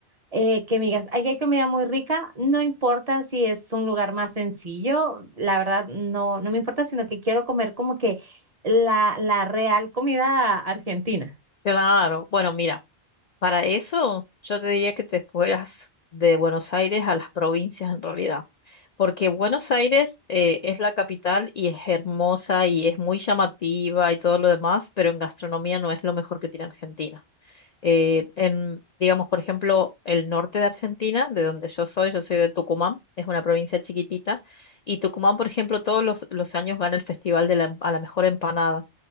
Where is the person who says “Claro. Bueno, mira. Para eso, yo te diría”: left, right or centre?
Left